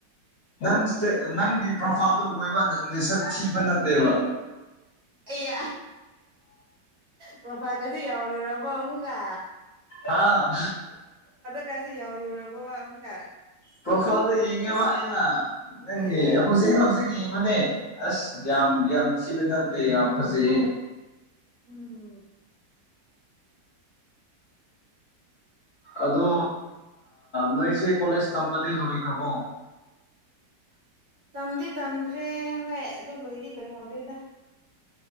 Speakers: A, on the left; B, on the right.
A: ꯅꯪꯁꯦ ꯅꯪꯒꯤ ꯄ꯭ꯔꯣꯐꯥꯏꯜꯗꯣ ꯑꯣꯏꯕ ꯅꯪꯁꯛ ꯊꯤꯕ ꯅꯠꯇꯦꯕ꯫
B: ꯑꯩ ꯄ꯭ꯔꯣꯐꯥꯒꯁꯨ ꯌꯥꯎꯔꯨꯔꯕꯣ ꯑꯃꯨꯛꯀ
A: ꯍꯥꯥ꯫
B: ꯀꯁꯦ ꯌꯥꯎꯔꯨꯔꯕꯣ ꯑꯃꯨꯛꯀ꯫
A: ꯄ꯭ꯔꯣꯐꯥꯏꯜꯗ ꯌꯦꯡꯉꯦꯕ ꯑꯩꯅ ꯅꯪ
B: ꯏꯁ
A: ꯍꯧꯖꯤꯛ ꯍꯧꯖꯤꯛ ꯌꯦꯡꯕꯅꯦ ꯑꯁ ꯌꯥꯝ ꯌꯥꯝ ꯊꯤꯕꯗ ꯅꯠꯇꯦ ꯌꯥꯝ ꯐꯖꯩꯌꯦ
B: ꯎꯝ꯫
A: ꯑꯗꯣ ꯅꯣꯏꯁꯦ ꯀꯣꯂꯦꯖ ꯇꯝꯕꯗꯤ ꯂꯣꯏꯈ꯭ꯔꯕꯣ꯫
B: ꯇꯝꯗꯤ ꯇꯝꯗ꯭ꯔꯦ ꯍꯣꯏ ꯑꯗꯨ ꯂꯣꯏꯗꯤ ꯂꯣꯏꯍꯧꯗꯦꯗ꯫